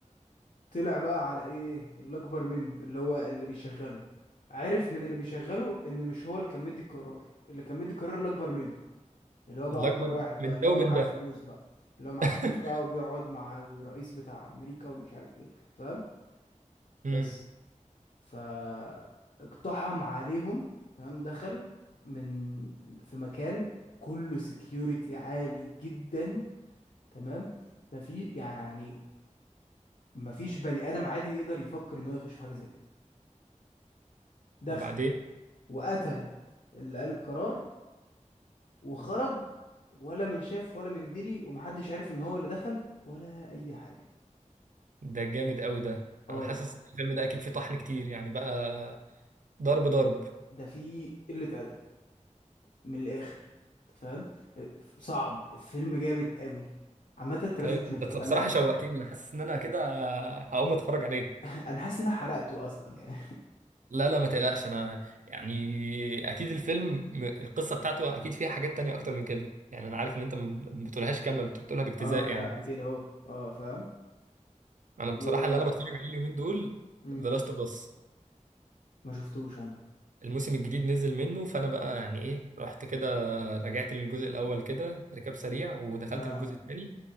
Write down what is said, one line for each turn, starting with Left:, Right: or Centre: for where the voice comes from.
Left: طلع بقى على ايه اللي اكبر منه اللي هو اللي بيشغله عرف من اللي بيشغله ان مش هو اللي كان مدي القرار اللي كان مدي القرار اللي اكبر منه اللي هو بقى
Right: الأكبر
Left: اكبر واحد
Right: من
Left: بقى اللي
Right: ده
Left: هو
Right: ومن
Left: معاه
Right: ده
Left: فلوس بقى اللي هو معاه
Right: <laughs>
Left: فلوس بقى وبيقعد مع الرئيس بتاع امريكا ومش عارف ايه فاهم
Right: امم
Left: بس ف اقتحم عليهم تمام دخل من في مكان كله سكيورتي عالي جدا تمام ما في يعني ما فيش بني ادم عادي يقدر يفكر ان هو يخش في حاجه زي كده دخل
Right: وبعدين
Left: وقتل اللي قال القرار وخرج ولا من شاف ولا من دري ومحدش عارف ان هو اللي دخل ولا اي حاجة
Right: ده جامد قوي ده
Left: اه
Right: انا حاسس إن الفيلم ده اكيد فيه طحن كتير يعني بقى ضرب ضرب
Left: ده في قلة ادب من الاخر أنت فاهم صعب فيلم جامد قوي عامة انت
Right: طيب
Left: لازم تشوفه
Right: انت بصراحة
Left: انا
Right: شوقتني انا حاسس ان انا كده هقوم اتفرج عليه
Left: <laughs> انا حاسس ان أنا حرقته اصلا يعني
Right: لا لا ما تقلقش انا يعني اكيد الفيلم م- القصه بتاعته اكيد فيها حاجات تانية اكتر من كده يعني انا عارف ان انت ما بتقولهاش كامله بت- بتقولها
Left: <laughs>
Right: باجتزاء
Left: اه لا
Right: يعني
Left: كده اهو اه فاهم
Right: انا بصراحه
Left: و
Right: اللي انا بتفرج عليه اليومين دول
Left: مم.
Right: ذا لاست اوف اس
Left: ما شفتوش انا
Right: الموسم الجديد نزل منه فانا بقى يعني ايه رحت كده رجعت للجزء الاول كده ركاب سريع ودخلت
Left: اه
Right: في الجزء الثاني